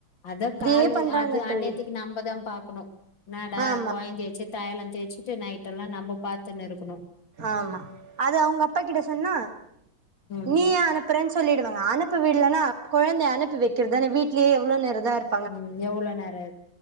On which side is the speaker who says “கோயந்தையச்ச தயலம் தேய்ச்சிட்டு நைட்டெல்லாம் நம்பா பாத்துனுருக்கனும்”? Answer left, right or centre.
Left